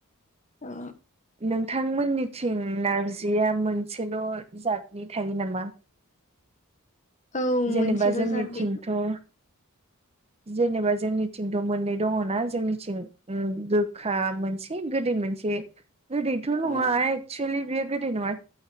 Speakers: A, on the left (about 35°); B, on the right (about 30°).
A: अ
B: नोंथांमोननिथिं नारजिया मोनसेल' जातनि थायो नामा?
A: औ
B: जेनेबा
A: मोनसेल'
B: जोंनिथिंथ'
A: जादनि
B: जेनेबा जोंनिथिंथ' मोननै दंङोना जोंनिथिं गोखा मोनसे एसे गोदै मोनसे गोदैथ'
A: अ
B: नंङा एक्सुेलि बेयो गोदै नङा